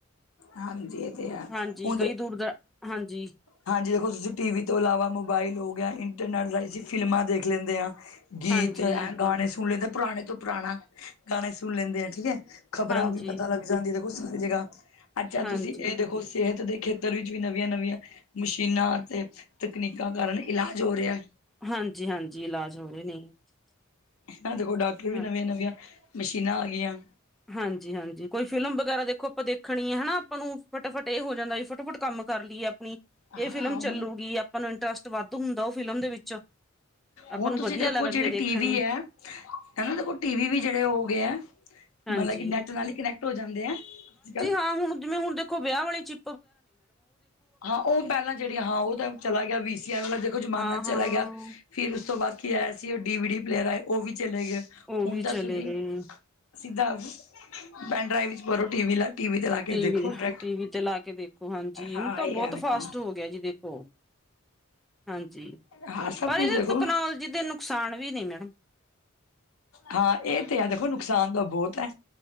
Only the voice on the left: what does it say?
ਹਾਂਜੀ ਏ 'ਤੇ ਹੈ
ਹੁਣ ਤੇ
ਹਾਂਜੀ ਦੇਖੋ ਤੁਸੀਂ ਟੀ ਵੀ ਤੋਂ ਇਲਾਵਾ ਮੋਬਾਇਲ ਹੋ ਗਿਆ ਇੰਟਰਨੈਟ ਰਾਈ ਅਸੀਂ ਫਿਲਮਾਂ ਦੇਖ ਲੈਂਦੇ ਆ। ਗੀਤ
ਐ ਗਾਣੇ ਸੁਣ ਲੈਂਦੇ ਪੁਰਾਣੇ ਤੋਂ ਪੁਰਾਣਾ ਗਾਣੇ ਸੁਣ ਲੈਂਦੇ ਆ ਠੀਕ ਐ ਖ਼ਬਰਾਂ
ਵੀ ਪਤਾ ਲੱਗ ਜਾਂਦੀਆਂ ਦੇਖੋ ਸਾਰੀ ਜਗਾਂ ਅੱਛਾ
ਤੁਸੀਂ ਏ ਦੇਖੋ ਸਿਹਤ ਦੇ ਖੇਤਰ ਵਿੱਚ ਵੀ ਨਵੀਆਂ-ਨਵੀਆਂ ਮਸ਼ੀਨਾਂ ਤੇ ਤਕਨੀਕਾਂ ਕਾਰਨ ਇਲਾਜ ਹੋ ਰੇਆ।
ਨਾ ਦੇਖੋ ਡਾਕਟਰ ਵੀ
ਨਵੀਆਂ-ਨਵੀਆਂ ਮਸ਼ੀਨਾਂ ਆਗੀਆਂ।
ਹਾਂ
ਹੁਣ
ਹੁਣ
ਤੁਸੀਂ
ਦੇਖੋ
ਜੇੜੇ
ਟੀ ਵੀ ਐ ਹਨਾ ਦੇਖੋ ਟੀ ਵੀ ਵੀ ਜੇੜੇ ਓ ਹੋਗੇ ਐ
ਮਤਲਬ ਕਿ ਨੈੱਟ ਨਾਲ ਈ ਕਨੈਕਟ ਹੋ ਜਾਂਦੇ ਐ, ਅੱਜ-ਕਲ।
ਹਾਂ ਓ ਪੈਲਾਂ ਜਿਹੜੀਆਂ ਹਾਂ ਓ ਦੈਮ ਚਲਾ ਗਿਆ ਵੀ ਸੀ ਆਰ ਵਾਲਾ ਦੇਖੋ ਜਮਾਨਾ
ਚਲਾ
ਗਿਆ ਫਿਰ ਉਸ ਤੋਂ ਬਾਅਦ ਕੀ ਆਇਆ ਸੀ ਓ ਡੀ ਵੀ ਡੀ ਪਲੇਅਰ ਆਏ ਓ ਵੀ ਚਲੇ ਗਏ
ਹੁਣ
ਤਾਂ
ਸੁਦੀ
ਸਿੱਧਾ ਪੈਨ ਡਰਾਈਵ ਵਿੱਚ ਪਰੋ ਟੀਵੀ ਲਾ ਟੀਵੀ ਦੇ ਲਾ ਕੇ
ਦੇਖੋ
ਡਾਇਰੈਕਟ
ਹਾਂ
ਇਹ
ਹੈ ਦੇਖੋ
ਹਾਂ ਸਭ
ਕੁਛ
ਦੇਖੋ
ਹਾਂ ਏ ਤੇ ਹੈ ਦੇਖੋ ਨੁਕਸਾਨ ਤਾਂ ਬੋਤ ਐ,